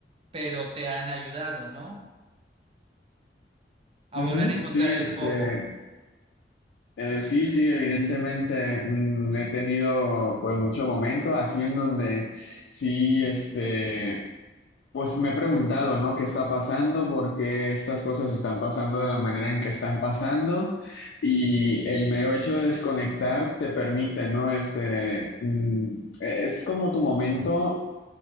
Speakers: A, on the right; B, on the left.
A: pero te han ayudado, ¿no?
B: Ujú.
A: A volver a encontrar
B: Sí, este,
A: el foco.
B: eh, sí, sí, evidentemente mm, he tenido pues mucho momento así en donde sí, este Pues me he preguntado, ¿no? ¿Qué está pasando? ¿Por qué estas cosas están pasando de la manera en que están pasando? Y el mero hecho de desconectar te permite, ¿no? Este, mm, es como tu momento